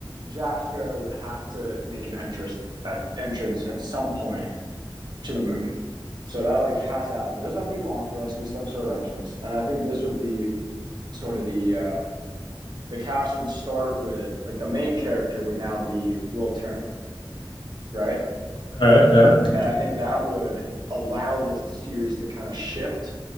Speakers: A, on the right; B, on the left.
A: Jack Sparrow would have to make an entrance at entrance at some point to the movie. So that like has to happen. It doesn't have to be long, but it has to be some sort of entrance. And I think this would be sort of the uh the cast would start with like the main character would now be Will Turner, right?
B: all right, yeah, yeah.
A: And I think that would allow the series to kind of shift